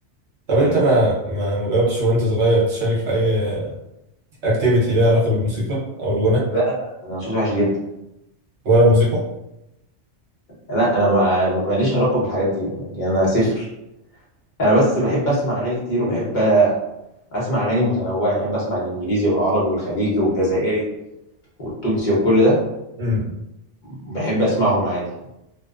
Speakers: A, on the right (about 70°); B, on the left (about 45°).
A: طب
B: ايوه
A: انت ما ما ما جربتش وانت صغير تشارك في اي اكتيفيتي ليها علاقه بالموسيقى او الغنى
B: لا انا صوتي وحش جدا
A: ولا الموسيقى
B: لا انا ما ماليش علاقه بالحاجات دي يعني انا صفر انا بس بحب اسمع اغاني كتير وبحب اسمع اغاني متنوعه يعني بحب اسمع الانجليزي والعربي والخليجي والجزائري والتونسي وكل ده
A: امم
B: بحب اسمعهم عادي